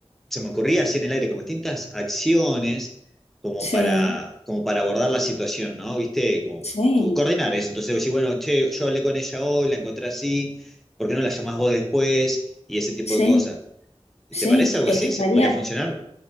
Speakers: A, in the centre; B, on the left.
A: se me ocurría así en el aire como distintas acciones como
B: sí,
A: para, como para abordar la situación, ¿no? ¿Viste? Como
B: sí,
A: co- coordinar eso. Entonces decir, bueno, che, yo hablé con ella hoy, la encontré así, ¿por qué no la llamás vos después? Y ese tipo
B: sí,
A: de cosas. ¿Te
B: sí.
A: parece algo
B: Es
A: así?
B: que estaría,
A: ¿Se- ¿Podría funcionar?